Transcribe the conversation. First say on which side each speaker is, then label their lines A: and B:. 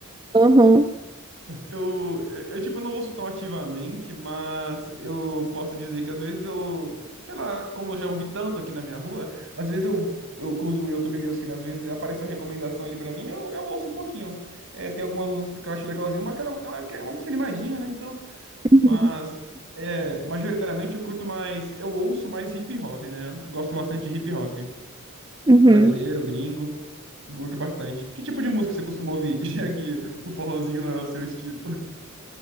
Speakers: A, on the right; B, on the right.
A: Uhum.
B: Eu, eu, tipo, eu não ouço tão ativamente, mas eu posso dizer que às vezes eu, sei lá, como eu já ouvi tanto aqui na minha rua, às vezes eu, eu que uso o YouTube Music, né? Às vezes aparece a recomendação ali pra mim, eu, eu ouço um pouquinho. É, tem algumas músicas que eu acho legalzinho, mas aquela, é uma, que é uma música animadinha, né? Então, mas,
A: Uhum.
B: é, majoritariamente eu curto mais, eu ouço mais hip hop, né? Gosto bastante de hip hop.
A: Uhum.
B: Brasileiro, gringo. Curto bastante. Que tipo de música você costuma ouvir, <laughs> já que o forrozinho não é o seu estilo?